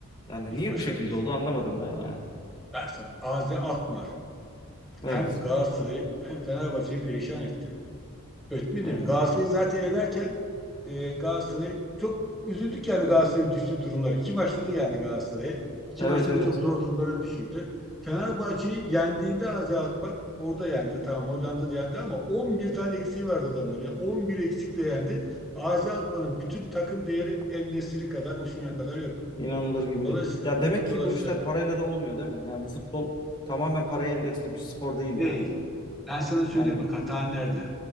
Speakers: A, on the left; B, in the centre.
A: Yani
B: Hiç
A: niye
B: başarılı
A: bu şekilde
B: değiliz.
A: oldu anlamadım ben yani.
B: Ben sana ağzı akma. hem
A: Evet.
B: Galatasaray'ı hem Fenerbahçe'yi perişan etti. Ötmedi
A: Yani
B: mi? Galatasaray'ı zaten ederken e, Galatasaray çok üzüldük yani Galatasaray'ın düştüğü durumlar. İki maçta da yendi Galatasaray'ı. İki
A: evet
B: maçta
A: evet.
B: da çok zor durumlara düşürdü. Fenerbahçe'yi yendiğinde Azi Akbar orada yendi. Tamam Hollanda'da yendi ama 11 tane eksiği vardı adamların. Yani 11 eksikle yendi. Azi Akbar'ın bütün takım değeri En-Nesyri kadar, Osimhen kadar yok.
A: İnanılır gibi
B: Dolayısıyla
A: değil. Ya demek ki
B: dolayısıyla
A: bu işler parayla da olmuyor değil mi? Yani bu futbol tamamen paraya endeksli bir spor değil
B: değil.
A: yani.
B: Ben sana söyleyeyim
A: Yani
B: bak hata nerede?